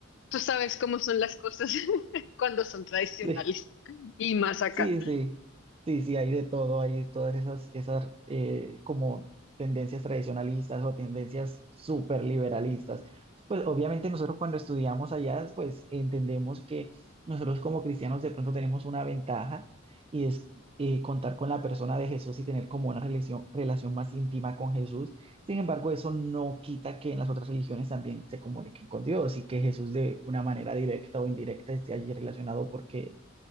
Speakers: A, on the left (about 65°); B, on the right (about 30°).
A: tú sabes cómo son las cosas <laughs> cuando son tradicionales
B: <laughs>
A: y más acá.
B: Sí, sí, sí, sí, hay de todo, hay todas esas, esas eh, como tendencias tradicionalistas o tendencias súper liberalistas. Pues obviamente nosotros cuando estudiamos allá, pues entendemos que nosotros como cristianos de pronto tenemos una ventaja y es eh, contar con la persona de Jesús y tener como una relación, relación más íntima con Jesús. Sin embargo, eso no quita que en las otras religiones también se comuniquen con Dios y que Jesús de una manera directa o indirecta esté allí relacionado porque